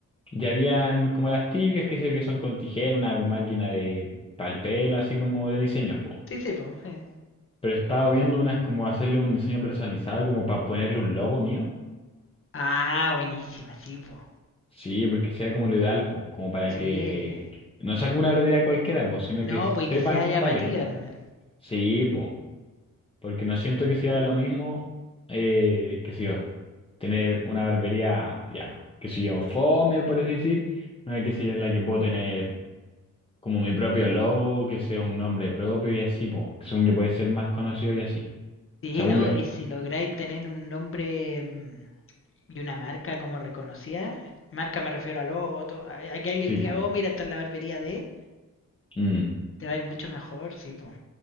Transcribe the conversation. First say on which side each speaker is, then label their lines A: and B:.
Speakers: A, on the left; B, on the left.
A: ya habían como las tibias, que sé yo, que son con tijera, una máquina de pal pelo, así como de diseños, po.
B: Sí, sí, po. sí.
A: Pero he estado viendo unas como hacerle un diseño personalizado, como para ponerle un logo mío.
B: Ah, buenísima, sí, po.
A: Sí, porque sea como lo ideal, po, como para
B: Sí.
A: que no sea como una verdadera cualquiera, po, sino
B: No,
A: que sepan
B: pues y que sea
A: cuál
B: llamativa
A: es, po.
B: también.
A: Sí, po, porque no siento que sea lo mismo, eh, qué sé yo, tener una barbería, ya, qué sé yo, fome, por así decir, una qué sé yo, en la que puedo tener como mi propio logo, que sea un nombre propio y así, po, que según yo puede ser más conocido y así,
B: Sí,
A: según
B: no,
A: yo,
B: y si lográis tener un nombre mm, y una marca como reconocida, eh, marca me refiero a logo, todo, a, a que alguien
A: sí,
B: diga,
A: po.
B: oh, mira, esta es la barbería de,
A: Mm.
B: te va a ir mucho mejor, sí, po.